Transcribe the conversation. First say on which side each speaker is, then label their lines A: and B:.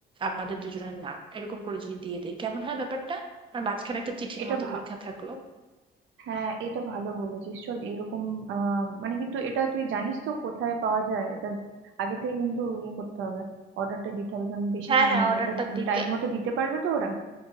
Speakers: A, on the right (about 25°); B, on the right (about 80°).
A: আমাদের দুজনের নাম এরকম করে যদি দিয়ে দিই কেমন হয় ব্যাপারটা আর মাঝখানে একটা চিঠির
B: এটা
A: মতো
B: ভা-
A: লেখা থাকলো
B: হ্যাঁ এটা ভালো বলেছিস চল এরকম আহ মানে কিন্তু এটা তুই জানিস তো কোথায় পাওয়া যায় এটা আগে থেকে কিন্তু ইয়ে করতে হবে অর্ডারটা দিতে হবে কারণ বেশি
A: হ্যাঁ
B: দিন
A: হ্যাঁ
B: নেই
A: অর্ডারটা
B: ওটা
A: দিতে
B: টাইম মতো দিতে পারবে তো ওরা